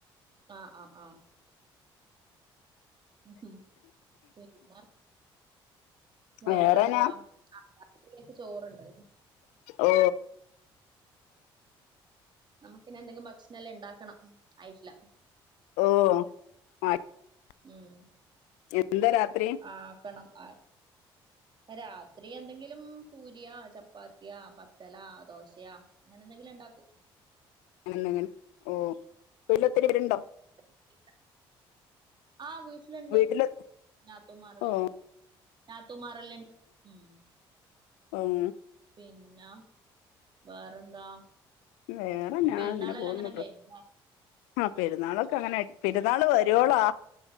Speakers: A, on the right; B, on the left.
A: ആഹ ആഹ് ആഹ് ഉം ശ എന്ന <unintelligible> വേറെ
B: വേറെനാ
A: എന്താ ആൊക്കെ ചോറുണ്ടോ
B: ഓ
A: നമുക്കന്നെ എന്തെങ്കിലും ഭക്ഷണംെല്ലാം ഉണ്ടാക്കണം ആയിട്ടില്ല
B: ഓ ആ <unintelligible>
A: ഉം
B: എന്താ രാത്രി
A: ആക്കണം ആ <unintelligible> രാത്രി എന്തെങ്കിലും പൂരിയാ ചപ്പാത്തിയാ പത്തല ദോശയാ അങ്ങനെ എന്തെങ്കിലും ഉണ്ടാക്കും
B: അങ്ങനന്ന അങ്ങനെ ഓ ഇപ്പല്ല ഒത്തിരി പേരുണ്ടോ
A: എ <unintelligible> ആഹ് വീട്ടിലുണ്ട്
B: വീട്ടില്
A: ഞാത്തൂമാറിലുണ്ട്
B: ഓ
A: ഞാത്തമാറല്ലേണ്ട ഉം
B: ഉം
A: പിന്ന വേറെന്താ
B: വേറെ ഞാ
A: പെരുന്നാളെല്ലാം
B: അങ്ങനെ പോകുന്നു പ്ര
A: കഴിഞ്ഞോ
B: ആ പെരുന്നാളൊക്കെ അങ്ങനെ പെരുന്നാൾ വരുവോളാ